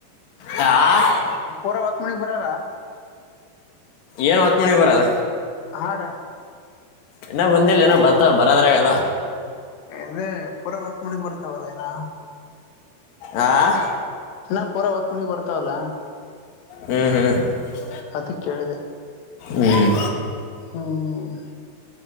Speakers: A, on the left; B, on the left.
A: ಆಾ <inaudible>
B: ಪೂರಾ ಹೊತ್ ಮಣಗ್ ಬರಲ್ಲ
A: ಏನ್ ಮಾತ್ ಮನೆಗೆ ಬರಲ್ಲ
B: ಆಡ
A: ಇನ್ನ ಬಂದಿಲ್ಲ ಏನ ಬರ್ತ ಬರದ್ರಗದ
B: ಅದೇ ಪೂರಾ ಹೊತ್ ಮುಣಿ ಬರ್ತಾವಲ್ಲ ಇನ್ನ
A: ಹಾ <inaudible>
B: ನಾ ಪೂರಾ ಹೊತ್ ಮಣಿ ಬರ್ತಾವಲ್ಲ
A: ಹ್ಮ್ ಹ್ಮ್ <inaudible>
B: ಅದ ಕೇಳಿದೆ
A: ಹ್ಮ್
B: ಹ್ಮ್